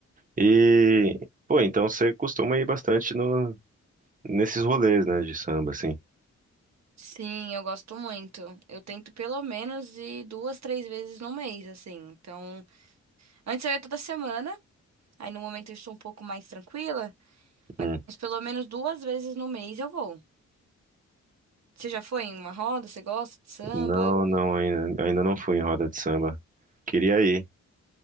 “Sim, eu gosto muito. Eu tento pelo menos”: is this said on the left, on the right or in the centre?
Right